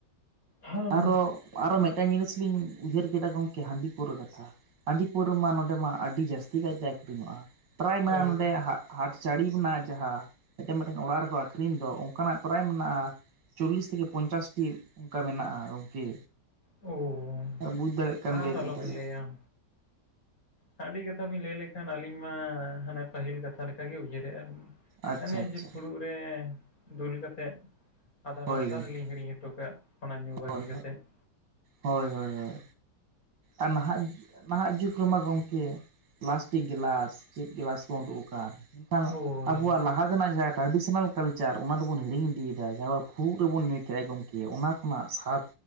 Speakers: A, on the left; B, on the right.
A: ᱳ,
B: ᱟᱨᱚ ᱟᱨᱚ ᱢᱤᱫᱴᱟᱱ ᱡᱤᱱᱤᱥ ᱞᱤᱧ ᱩᱭᱦᱟᱹᱨ ᱠᱮᱫᱟ ᱜᱚᱝᱠᱮ ᱦᱟᱺᱰᱤ ᱯᱟᱹᱣᱨᱟᱹ ᱠᱟᱛᱷᱟ ᱦᱟᱺᱰᱤ ᱯᱟᱹᱣᱨᱟᱹᱢᱟ ᱱᱚᱰᱮ ᱢᱟ ᱟᱹᱰᱤ ᱡᱟᱹᱥᱛᱤ ᱠᱟᱭᱛᱮ ᱟᱹᱷᱨᱤᱧᱚᱜᱼᱟ ᱯᱨᱟᱭᱢᱟ
A: ᱳ,
B: ᱱᱚᱰᱮ ᱦᱟᱜ ᱦᱟᱴ ᱪᱟᱹᱲᱤ ᱢᱮᱱᱟᱜᱼᱟ ᱡᱟᱦᱟᱸ ᱢᱤᱫᱴᱮᱱ ᱚᱲᱟᱜ ᱨᱮᱠᱚ ᱟᱠᱷᱨᱤᱧ ᱫᱚ ᱚᱱᱠᱟᱱᱟᱜ ᱯᱨᱟᱭ ᱢᱮᱱᱟᱜᱼᱟ ᱪᱚᱞᱞᱤᱥ ᱛᱷᱮᱠᱮ ᱯᱚᱧᱪᱟᱥᱴᱤ ᱚᱱᱠᱟ ᱢᱮᱱᱟᱜᱼᱟ ᱜᱚᱝᱠᱮ᱾
A: ᱳ,
B: ᱟᱨ ᱵᱩᱡᱽ ᱫᱟᱲᱮᱭᱟᱜ ᱠᱟᱱ
A: ᱟᱨ
B: ᱜᱮᱭᱟᱵᱤᱱ
A: ᱟᱞᱚᱵᱤᱱ
B: ᱛᱟᱦᱞᱮ
A: ᱞᱟᱹᱭᱟ᱾ ᱦᱟᱺᱰᱤ ᱠᱟᱛᱷᱟ ᱵᱤᱱ ᱞᱟᱹᱭ ᱞᱮᱠᱷᱟᱱ ᱟᱹᱞᱤᱧ ᱢᱟ ᱦᱟᱱᱮ ᱯᱟᱹᱦᱤᱞ ᱠᱟᱛᱷᱟ ᱞᱮᱠᱟᱜᱮ ᱩᱭᱦᱟᱹᱨ ᱦᱮᱡ ᱟᱞᱤᱧ᱾
B: ᱟᱪᱪᱷᱟ
A: ᱦᱟᱱᱮ
B: ᱟᱪᱪᱷᱟ
A: ᱡᱮ ᱯᱷᱩᱲᱩᱜ ᱨᱮ ᱫᱩᱞ ᱠᱟᱛᱮᱫ ᱟᱫᱷᱟ
B: ᱦᱳᱭ
A: ᱨᱟᱥᱛᱟ
B: ᱜᱚᱢᱠᱮ
A: ᱨᱮᱞᱤᱧ ᱦᱤᱲᱤᱧ ᱦᱚᱴᱚ ᱠᱮᱜ ᱚᱱᱟ ᱧᱩ ᱵᱟᱹᱜᱤ
B: ᱦᱳᱭ
A: ᱠᱟᱛᱮᱫ ᱾
B: ᱦᱳᱭ ᱦᱳᱭ ᱦᱳᱭ ᱟᱨ ᱱᱟᱦᱟᱜ ᱱᱟᱦᱟᱜ ᱡᱩᱜᱽ ᱨᱮᱢᱟ ᱜᱚᱝᱠᱮ ᱯᱞᱟᱥᱴᱤᱠ ᱜᱮᱞᱟᱥ ᱪᱮᱫ ᱜᱞᱟᱥ ᱠᱚ ᱩᱰᱩᱠ ᱟᱠᱟᱱ
A: ᱦᱳᱭ,
B: <unintelligible> ᱵᱚᱣᱟᱜ ᱞᱟᱦᱟ ᱛᱮᱱᱟᱜ ᱡᱟᱦᱟᱸ ᱴᱨᱟᱰᱤᱥᱚᱱᱟᱞ ᱠᱟᱞᱪᱟᱨ ᱚᱱᱟ ᱫᱚᱵᱚᱱ ᱦᱤᱲᱤᱧ ᱤᱫᱤᱭᱮᱫᱟ ᱡᱟᱦᱟᱸ ᱯᱷᱩᱲᱩᱜ ᱨᱮᱵᱚᱱ ᱧᱩᱭᱮᱫ ᱛᱟᱸᱦᱮᱱ ᱜᱚᱝᱠᱮ ᱡᱮ ᱚᱱᱟ ᱠᱷᱚᱱᱟᱜ ᱥᱟᱫ